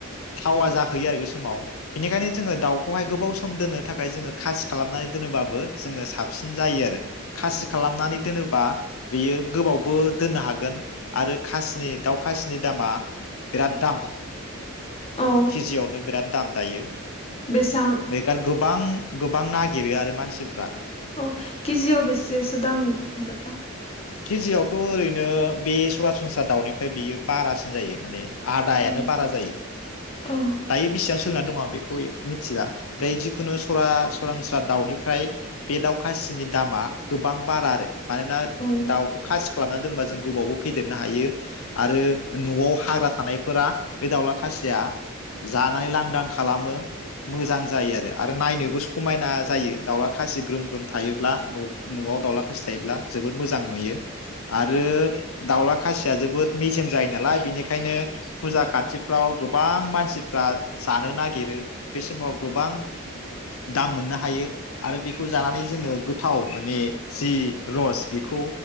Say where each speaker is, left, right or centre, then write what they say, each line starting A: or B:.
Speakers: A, on the left; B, on the left.
A: थावा जाख फैयो आरो बे समाव बेनिखायनो जोङो दाउखौहाय गोबावस खोम दोननो थाखाय जोंङो खासि खालामनानै दोनोबाबो जोंङो साबसिन जायो आरो खासि खालाम नानै दोनोबा बेयो गोबावबो दोननो हागोन आरो खासिनि दाउ खासिनि दामा बिराद दाम
B: औ
A: केजियावनो बिराद दाम दायो
B: बेसां
A: बेखार गोबां गोबां नागिरो आरो मानसिफ्रा
B: औ केजियाव बेसेसो दाम दा
A: केजियावथ ओरैनो बे सरासनस्रा दाउनिफ्राय बेयो बारासिन जायो माने आदायानो
B: औ
A: बारा जायो
B: औ
A: दायो बेसेबां सोलिनानै दं आं बेखौ मिथिया ओमफ्राय जि जिखुनु सरा सरासरनस्रा दाउनिफ्राय बे दाउ खासिनि दामा गोबां बारा आरो मानोना
B: औ
A: दाउखौ खासि खा खालामना दोनबा जों गोबावबो फेदेरनो हायो आरो नआव हाग्रा थानायफोरा बे दाावला खासिया जानानै लांदां खालामो मोजां जायो आरो आरो नायनोबो समायना जायो दाउला खासि ग्रोम ग्रोम थायोब्ला नआव दाउला खासि थायोब्ला जोबोर मोजां नुयो आरो दाउला खासिया जोबोद मेजेम जायो नालाय बेनिखायनो फुजा खाथिफ्राव गोबां मानसिफ्रा जानो नागिरो बे समाव गोबां दाम मोननो हायो आरो बेखौ जानानै जोंङो गोथाव माने जि रस बेखौ